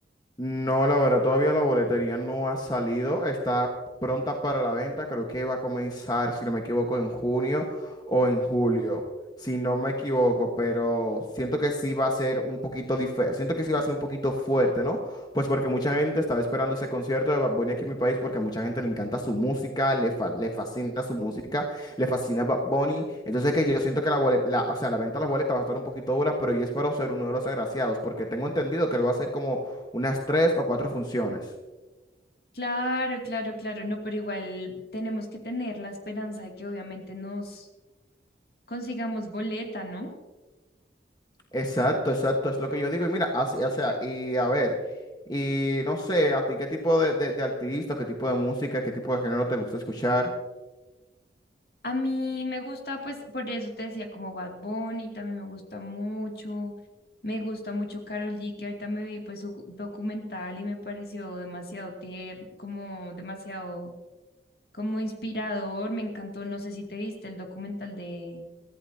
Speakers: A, on the left (about 20°); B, on the left (about 60°).
A: No, la verdad, todavía la boletería no ha salido, está pronta para la venta, creo que va a comenzar, si no me equivoco, en junio o en julio, si no me equivoco, pero siento que sí va a ser un poquito diferente, siento que sí va a ser un poquito fuerte, ¿no? Pues porque mucha gente estaba esperando ese concierto de Bad Bunny aquí en mi país porque a mucha gente le encanta su música, le, fa- le fascina su música, le fascina Bad Bunny, entonces que yo siento que la boleta, o sea, la venta de las boletas va a estar un poquito dura, pero yo espero ser uno de los agraciados porque tengo entendido que él va a ser como unas tres o cuatro funciones.
B: Claro, claro, claro, no, pero igual tenemos que tener la esperanza de que obviamente nos consigamos boleta, ¿no?
A: Exacto, exacto, es lo que yo digo. Y mira, así, o sea, y a ver, y no sé, a ti qué tipo de, de, de artista, qué tipo de música, qué tipo de género te gusta escuchar.
B: A mí me gusta, pues, por eso te decía, como Bad Bunny, también me gusta mucho. Me gusta mucho Karol G, que ahorita me vi, pues, su documental y me pareció demasiado tierno, como demasiado, como inspirador. Me encantó, no sé si te viste el documental de,